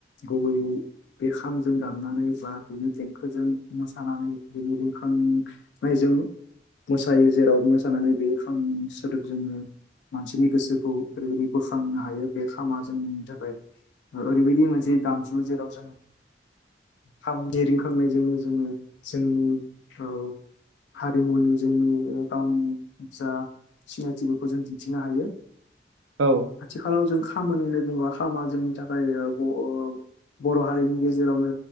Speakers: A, on the left; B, on the right.
A: गुबैयै बे खामजों दामनानै बा बिनो देंखोजों मोसानानै बिनो रिंखा उम माइजों मोसायो जेराव मोसानानै बे खामनि सोदोब जोङो मानसिनि गोसोखौ ओरैबायदि बोख्रांनो हायो बे खामा जोंनि थाखाय ओरैबायदि मोनसे दामजु जेराव जों
B: <inaudible>
A: खामनि रिंखांनायजोंनो जोंनि जोंनि औ हारिमुनि जोंनि ओ गावनि जा सिनायथिफोरखौ जों दिन्थिनो हायो
B: औ ओ
A: आथिखालाव जों खामानिनो बुंबा लामा जोंनि थाखाय बो बर' हारिनि गेजेरावनो